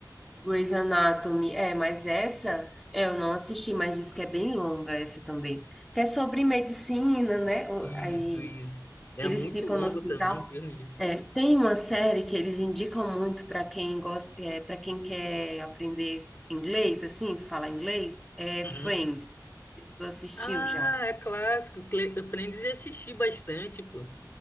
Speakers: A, in the centre; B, on the left (about 30°).
A: Grey's Anatomy, é, mas essa é, eu não assisti, mas diz que é bem longa essa também. Que é sobre medicina, né? O-
B: Isso,
A: Aí
B: isso. É
A: eles
B: muito
A: ficam
B: longo
A: no hospital.
B: também, Deus me livre.
A: É, tem uma série que eles indicam muito para quem gosta, é, para quem quer aprender inglês, assim, falar inglês, é
B: Uhum.
A: Friends. Se Tu assistiu
B: Ah,
A: já?
B: é clássico. Cle- Friends já assisti bastante, pô.